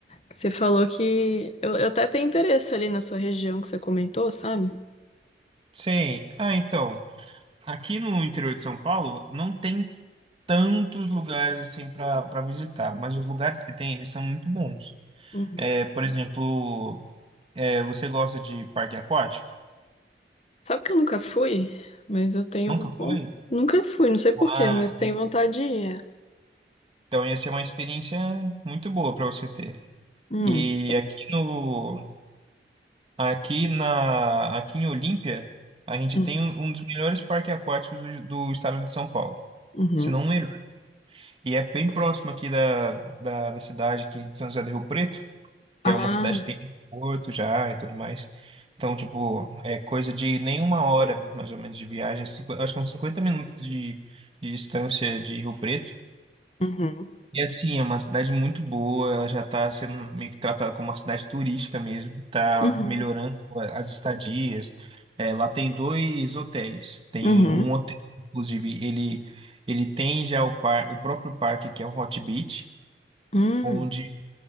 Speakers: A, on the left (about 35°); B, on the right (about 30°).
A: você falou que eu, eu até tenho interesse ali na sua região que você comentou, sabe?
B: Sei. Ah, então, aqui no interior de São Paulo não tem tantos lugares assim para para visitar, mas os lugares que tem, eles são muito bons.
A: Uhum.
B: É, por exemplo, é, você gosta de parque aquático?
A: Sabe que eu nunca fui? Mas eu tenho.
B: Nunca
A: vo-
B: foi?
A: Nunca fui, não sei por
B: Ah,
A: quê, mas tenho
B: en-
A: vontade de ir.
B: então ia ser uma experiência muito boa para você ter.
A: Hum,
B: E aqui no Aqui na, aqui em Olímpia, a gente
A: hum,
B: tem um um dos melhores parques aquáticos do, do estado de São Paulo,
A: uhum.
B: se não o melhor. E é bem próximo aqui da, da, da cidade aqui de São José do Rio Preto,
A: Ah,
B: que é uma cidade que tem porto já e tudo mais. Então, tipo, é coisa de nenhuma hora, mais ou menos, de viagem, cinqu- acho que uns 50 minutos de, de distância de Rio Preto.
A: uhum,
B: E assim, é uma cidade muito boa, ela já está sendo meio que tratada como uma cidade turística mesmo, está
A: uhum,
B: melhorando as estadias. É, lá tem dois hotéis, tem
A: uhum,
B: um hotel, inclusive, ele, ele tem já o, par, o próprio parque, que é o Hot Beach,
A: hum.
B: onde